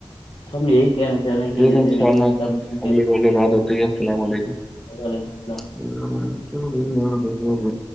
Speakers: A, on the left; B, in the centre.
A: ہم یہی کہنا چاہ رہے ہیں
B: ٹھیک
A: کہ جیسے
B: ہے ان شاء
A: بھی
B: اللہ
A: جی بچی۔
B: اگلے بے بات ہوتی ہے السلام علیکم
A: وعلیکم السلام
B: ا میے